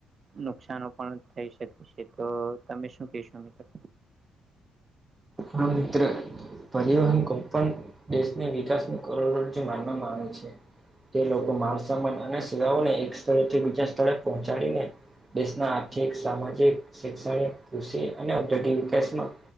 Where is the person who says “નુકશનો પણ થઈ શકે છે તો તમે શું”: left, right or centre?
Right